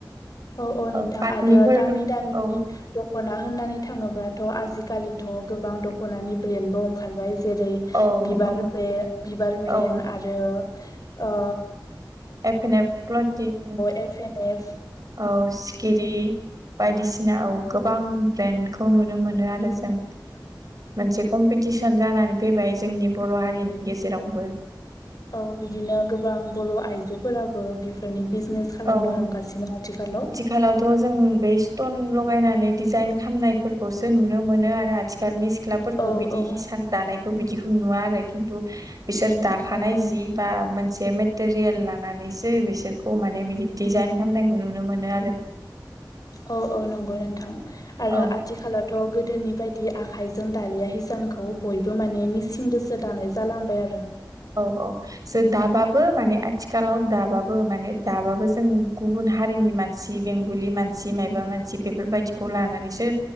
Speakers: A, on the left; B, on the right.
A: औ औ नोंथां
B: ओ पाटनिफोर
A: आरो दामि दामिनि।
B: औ
A: दख'ना होननानै थाङोब्लाथ' आजिखालिथ' गोबां दख'नानि ब्रेन्डबो ओंखारबाय। जेरै
B: औ
A: - बिबार
B: औ
A: ब्रे बिबार ब्रेन
B: औ
A: आरो ओ
B: एफेनेब प्ल'तिं
A: एफे नेक
B: औ सिखिरि बायदिसिना औ गोबां ब्रेन्डखौ नुनो मोनो आरो जों मोनसे कम्पिटिसन जानानै फैबाय जोंनि बर' हारिनि गेजेरावबो
A: औ बिदिनो गोबां बर' आइजोफोराबो बेफोरनि बिजनेस खालामनो
B: औ
A: हमगासिनो आथिखालाव
B: आथिखालावथ' जों बे स्ट'न लगायनानै डिजाइन खामनायफोरखौसो नुनो मोनो आरो आथिखाल सिख्लाफोरखौ
A: औ
B: बिदि
A: औ
B: हिसान दानायखौ बिदिखौ नुवा आरो खिन्थु बिसोर दाखानाय
A: औ औ
B: जि बा मोनसे मेटेरियेल लानानैसो बिसोरखौ माने बि दिजाइन खालामनायखौ नुनो मोनो आरो
A: औ औ नंगौ नोंथां आरो
B: औ
A: आथिखालाव थ' गोदोनि बायदि आखाइजों दालिया हिसानखौ बयबो माने मिसिंजोंसो दानाय जालांबाय आरो
B: औ औ जो दाबाबो माने आथिखालाव दाबाबो माने दाबाबो जों गुबुन हारिनि मानसि मानसि बेंगलि मानसि मायबा मानसि बेफोरबायदिखौ लानानैसो